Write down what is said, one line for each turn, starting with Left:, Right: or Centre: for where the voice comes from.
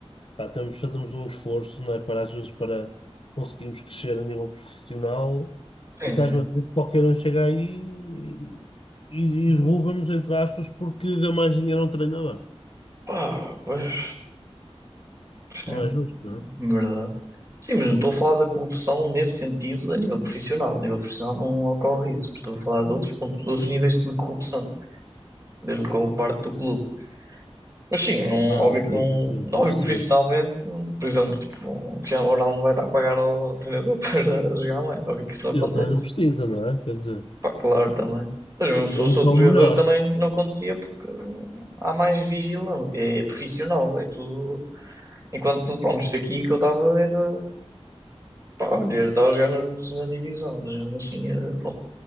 Left: pá, temos, fazemos um esforço, não é, para às vezes para conseguirmos crescer a nível profissional
Right: Sim,
Left: e estás-me
Right: sim.
Left: a dizer que qualquer um chega aí e, e, e rouba-nos, entre aspas, porque deu mais dinheiro a um treinador.
Right: Pá, pois, sim,
Left: Não é justo, não é?
Right: verdade. Sim, mas não estou a falar da corrupção nesse sentido a nível profissional. A nível profissional não ocorre isso, mas estou a falar de outros pontos, de outros níveis de corrupção, mesmo com parte do clube. Mas sim, não,
Left: Ah,
Right: óbvio
Left: ok,
Right: que não,
Left: sim, sim, estou
Right: óbvio
Left: a perceber.
Right: que profissionalmente, por exemplo, tipo, o Cristiano Ronaldo não vai estar a pagar ao, ao treinador <laughs> para jogar, não é? Óbvio que isso não
Left: Ele
Right: acontece.
Left: também não precisa, não é? Quer dizer,
Right: Pá, claro também. Mas mesmo se
Left: ele
Right: fosse
Left: é só
Right: outro
Left: o
Right: jogador
Left: melhor.
Right: também não acontecia porque há mais vigilância, é profissional, é tudo. Enquanto, pronto, isto aqui que eu estava era, pá, olha, eu estava a jogar na segunda divisão, mas mesmo assim era, pronto,